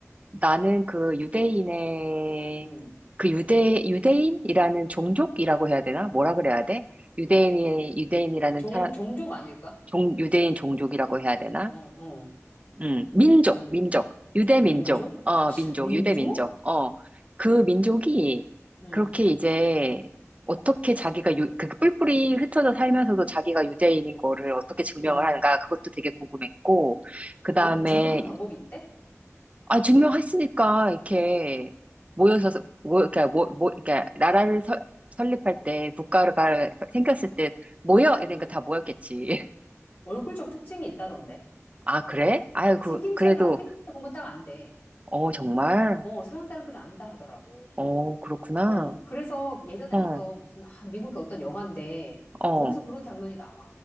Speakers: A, on the right (about 25°); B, on the left (about 40°).
A: 나는 그 유대인의
B: 음.
A: 그 유대 유대인이라는 종족이라고 해야 되나? 뭐라 그래야 돼? 유대인의 유대인이라는
B: 종,
A: 사람
B: 종족 아닐까?
A: 종 유대인 종족이라고 해야 되나?
B: 어, 어,
A: 음, 민족,
B: 음.
A: 민족, 유대민족,
B: 민족?
A: 어, 민족,
B: 민족?
A: 유대민족, 어, 그 민족이
B: 음,
A: 그렇게 이제 어떻게 자기가 유, 그 뿔뿔이 흩어져 살면서도 자기가 유대인인 거를 어떻게 증명을
B: 음.
A: 하는가 그것도 되게 궁금했고, 그 다음에,
B: 어, 증명하는 방법이 있대?
A: 아, 증명했으니까 이렇게 모여서, 모, 그러니까, 모, 모, 그러니까 나라를 설- 설립할
B: 음,
A: 때, 국가가
B: 음,
A: 생겼을 때 모여! 이러니까
B: 음.
A: 다 모였겠지. <laughs>
B: 얼굴적 특징이 있다던데.
A: 아, 그래? 아유,
B: 어,
A: 그,
B: 생김새가,
A: 그래도,
B: 생김새 보면 딱 안 돼.
A: 어, 정말?
B: 어, 서양 사람들은 안다 하더라고.
A: 어, 그렇구나.
B: 어, 그래서 예전에
A: 어,
B: 어떤 무슨, 아, 미국의 어떤 영화인데,
A: 어,
B: 거기서 그런 장면이 나와.